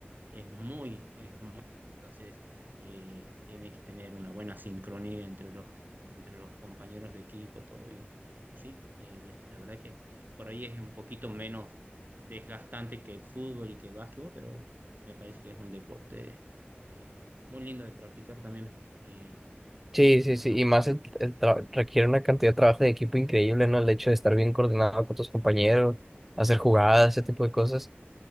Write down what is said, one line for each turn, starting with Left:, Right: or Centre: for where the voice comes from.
Right: Es muy, es muy preciso. Entonces, eh, tiene que tener una buena sincronía entre los, entre los compañeros de equipo, todo. Y, y sí, eh, la, la verdad que por ahí es un poquito menos desgastante que el fútbol y que el básquetbol, pero me parece que es un deporte eh, muy lindo de practicar también. Eh,
Centre: Sí,
Right: así que
Centre: sí,
Right: bueno,
Centre: sí. Y más
Right: eh,
Centre: el, el tra- requiere una cantidad de trabajo de equipo increíble, ¿no? El hecho de estar bien coordinado con tus compañeros, hacer jugadas, ese tipo de cosas.